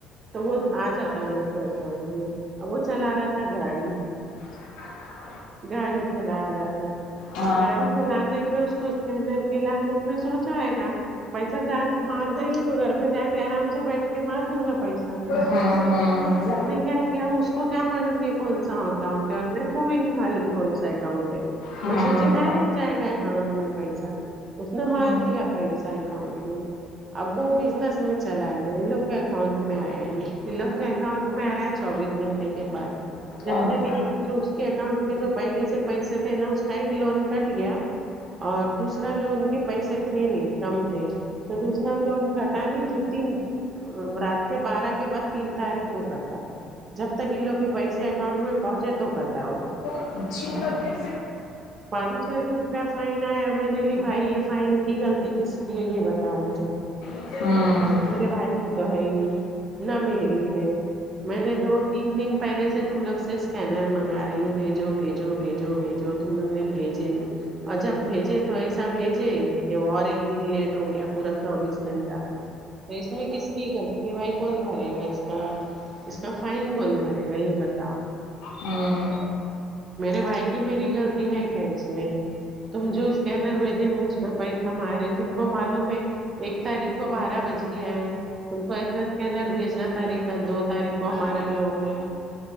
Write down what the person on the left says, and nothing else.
ج
ہاں
ہاں ہاں
ہاں
ہوں
ہیں کہ
<unintelligible>
ہوں
ہوں